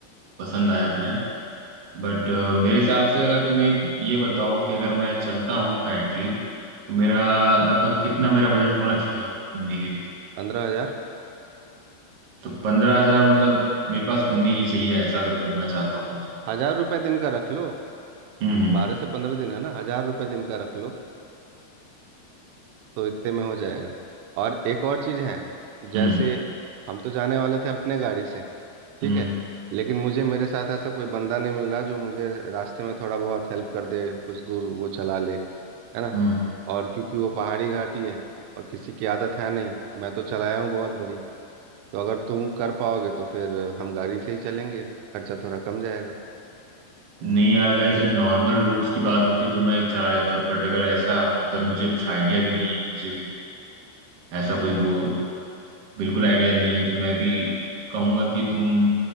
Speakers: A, on the right (about 70°); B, on the right (about 90°).
A: पसंद आया प्लान बट मेरे हिसाब से अगर तुम्हें ये बताओ कि अगर मैं चलता हूँ करेंटली तो मेरा लगभग कितना मेरा बजट होना चाहिए घूमने के लिए
B: पंद्रह हजार
A: तो पंद्रह हजार मतलब मेरे पास होने ही चाहिए ऐसा अगर घूमना चाहता हूँ मैं तो
B: हजार रुपये दिन का रख लो
A: हम्म हम्म
B: बारह से पंद्रह दिन है ना हजार रुपये दिन का रख लो तो इतने में हो जाएगा और एक और चीज़ है जैसे
A: हम्म
B: हम तो जाने वाले थे अपने गाड़ी से ठीक
A: हम्म
B: है लेकिन मुझे मेरे साथ ऐसा कोई बंदा नहीं मिल रहा जो मुझे रास्ते में थोड़ा बहुत हेल्प कर दे कुछ दूर वो चला ले है ना
A: हम्म।
B: और क्योंकि वो पहाड़ी घाटी है और किसी की आदत है नहीं मैं तो चलाया हूँ बहुत बड़ी तो अगर तुम कर पाओगे तो फिर हम गाड़ी से ही चलेंगे खर्चा थोड़ा कम जाएगा
A: नहीं यार अगर ऐसे नॉर्मल रोड्स की बात होती तो मैं चाह रहा था बट अगर ऐसा उधर मुझे कुछ आइडिया भी नहीं है मुझे भी ऐसा कोई वो बिल्कुल आइडिया नहीं है तो मैं भी कहूंगा कि तुम